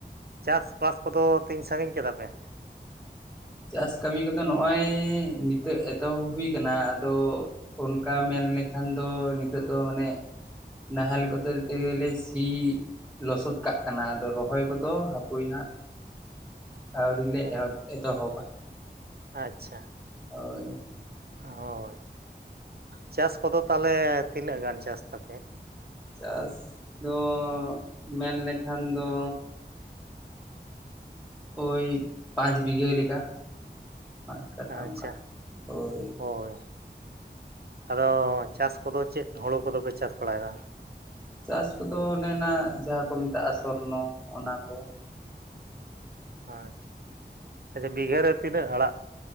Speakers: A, on the right; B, in the centre.
A: ᱪᱟᱥᱵᱟᱥ ᱠᱚᱫᱚ ᱛᱤᱧ ᱥᱟᱺᱜᱤᱧ ᱠᱮᱫᱟ ᱯᱮ?
B: ᱪᱟᱥ ᱠᱟᱹᱢᱤ ᱠᱚᱫᱚ ᱱᱚᱜᱼᱚᱭ ᱱᱤᱛᱚᱜ ᱮᱛᱚᱦᱚᱵ ᱦᱩᱭ ᱠᱟᱱᱟ, ᱟᱫᱚ ᱚᱱᱠᱟ ᱢᱮᱱ ᱞᱮᱠᱷᱟᱱ ᱫᱚ ᱱᱤᱛᱚᱜ ᱫᱚ ᱢᱟᱱᱮ ᱱᱟᱦᱮᱞ ᱠᱚᱛᱮ ᱛᱮ ᱞᱮ ᱥᱤ ᱞᱚᱥᱚᱫ ᱠᱟᱜ ᱠᱟᱱᱟ, ᱟᱫᱚ ᱨᱚᱦᱚᱭ ᱠᱚᱫᱚ ᱦᱟᱯᱳᱭ ᱦᱟᱸᱜ ᱟᱹᱣᱨᱤ ᱞᱮ
A: ᱦᱮᱸ
B: ᱮᱦᱚ ᱮᱛᱚᱦᱚᱵᱟ᱾
A: ᱟᱪᱪᱷᱟ᱾
B: ᱦᱳᱭ᱾
A: ᱦᱳᱭ, ᱪᱟᱥ ᱠᱚᱫᱚ ᱛᱟᱦᱞᱮ ᱛᱤᱱᱟᱹᱜ ᱜᱟᱱ ᱪᱟᱥ ᱛᱟᱯᱮ?
B: ᱪᱟᱥ ᱫᱚ ᱢᱮᱱᱞᱮᱠᱷᱟᱱ ᱫᱚ ᱳᱭ ᱯᱟᱸᱪ ᱵᱤᱜᱦᱟᱹ ᱞᱮᱠᱟ᱾ ᱯᱟᱸᱪ ᱠᱟᱴᱷᱟ
A: ᱟᱪᱪᱷᱟ
B: ᱚᱱᱠᱟ ᱦᱳᱭ
A: ᱦᱳᱭ᱾ ᱟᱫᱚ ᱪᱟᱥ ᱠᱚᱫᱚ ᱪᱮᱫ ᱦᱩᱲᱩ ᱠᱚᱫᱚᱯᱮ ᱪᱟᱥ ᱵᱟᱲᱟᱭᱮᱫᱟ?
B: ᱪᱟᱥ ᱠᱚᱫᱚ ᱚᱱᱮᱱᱟ ᱡᱟᱦᱟᱸ ᱠᱚ ᱢᱮᱛᱟᱜᱼᱟ ᱥᱚᱨᱱᱚ ᱚᱱᱟᱠᱚ᱾
A: ᱟᱪᱪᱷᱟ, ᱟᱪᱷᱟ ᱵᱤᱜᱷᱟᱹᱨᱮ ᱛᱤᱱᱟᱹᱜ ᱟᱲᱟᱜ